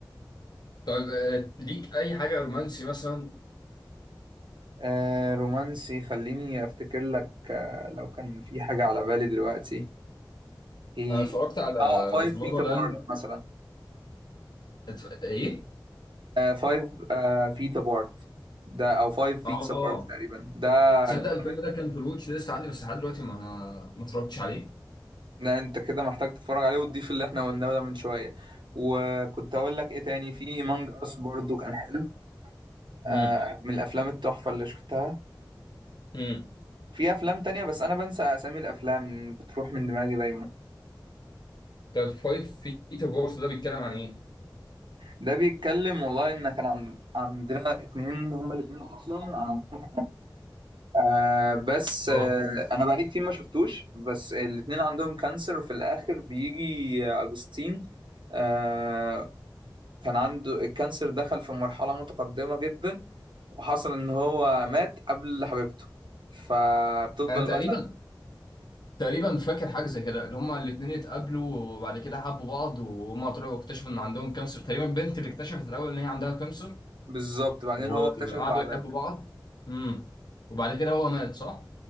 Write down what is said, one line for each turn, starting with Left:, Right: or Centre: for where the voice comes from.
Left: طيب آه، ليك اي حاجه رومانسي مثلا
Right: آه رومانسي خليني افتكر لك آه لو كان في حاجه على بالي دلوقتي ايه
Left: انا اتفرجت على
Right: اه فايف
Left: زلابا
Right: فيت ابارت
Left: لاند
Right: مثلا
Left: اتف... ايه
Right: فايف فيت ابارت ده او فايف فيتس
Left: اه
Right: ابارت تقريبا ده
Left: تصدق
Right: جامد
Left: الفيلم ده كان في الواتش ليست عندي بس لحد دلوقتي ما ما اتفرجتش عليه
Right: ده انت كده محتاج تتفرج عليه وتضيف اللي احنا قلناه ده من شويه وكنت اقول لك ايه تاني في مانج اس برضو كان حلو آه
Left: امم
Right: من الافلام التحفه اللي شفتها
Left: امم
Right: في افلام تانية بس انا بنسى اسامي الافلام بتروح من دماغي دايما
Left: طب فايف فيت اوف ده بيتكلم عن ايه
Right: ده بيتكلم والله ان كان عن... عندنا اتنين هما الاتنين اصلا عندهم آه بس آه
Left: اه
Right: انا بقالي كتير ما شفتوش بس الاتنين عندهم كانسر وفي الاخر بيجي اجوستين آه كان عنده الكانسر دخل في مرحلة متقدمة جدا وحصل ان هو مات قبل حبيبته فبتفضل
Left: انا تقريبا
Right: بقى زعل-
Left: تقريبا فاكر حاجه زي كده اللي هما الاثنين اتقابلوا وبعد كده حبوا بعض وهما طلعوا اكتشفوا ان عندهم كانسر تقريبا البنت اللي اكتشفت الاول ان هي عندها كانسر
Right: بالظبط بعدين
Left: وقعدوا
Right: هو اكتشف بعدها
Left: يحبوا بعض امم وبعد كده هو مات صح